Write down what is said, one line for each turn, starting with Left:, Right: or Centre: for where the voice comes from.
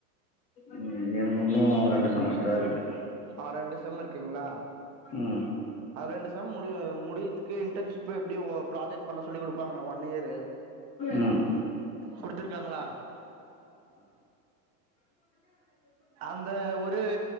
Left: ம் எனக்கு இன்னும் ரெண்டு செமஸ்டர் தான் இருக்கு
Right: ஆ ரெண்டு செம் இருக்குங்களா
Left: ம்
Right: அது ரெண்டு செம் மு கு முடியதுக்கு இன்டன்ஷிப் இப்ப எப்டியோ ஒ ப்ராஜெக்ட் பண்ண சொல்லி குடுப்பாங்க ஒன் இயரு
Left: ம்
Right: குடுத்துருக்காங்களா அந்த ஒரு